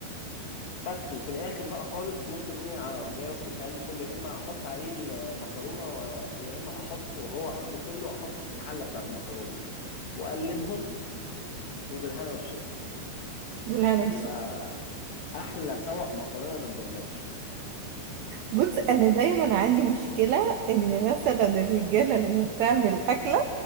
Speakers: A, on the left; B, on the right.
A: بس وفي الاخر بقى خالص ممكن ايه أقوم جاي واخد الكلام ده كله يا اما احط عليه المكرونه و- يا اما احط وهو اخده كله احطه في الحله بتاعه المكرونه واقلبهم وبالهنا والشفا
B: بالهنا والشفا
A: ويبقى احلى طبق مكرونه بالجمبري
B: بص انا دايما عندي مشكله ان مثلا الرجاله لما بتعمل اكله